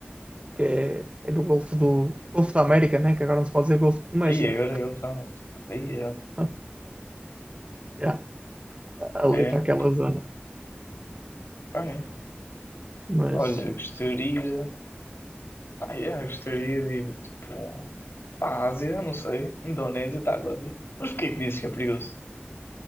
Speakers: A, on the right; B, on the left.
A: que é, é no Golfo do Golfo da América, né? Que agora não se pode dizer Golfo do México.
B: Aí agora eu falo. Aí,
A: <laughs> Yeah, ali
B: é.
A: para aquela zona.
B: Pá, é.
A: Mas
B: Olha, gostaria. Pá, é, gostaria de ir tipo. Pá, à Ásia, não sei. Indonésia, Tailândia. Mas porquê que dizes que é perigoso?